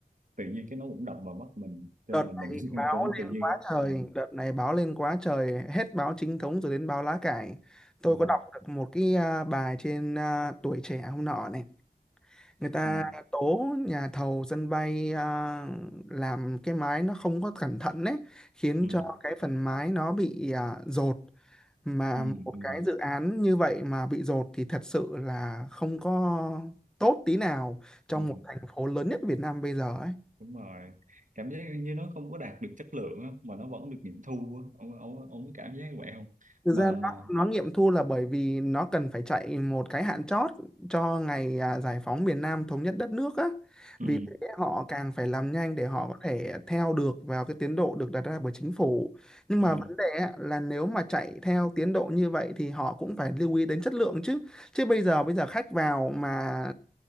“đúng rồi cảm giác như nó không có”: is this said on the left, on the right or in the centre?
Right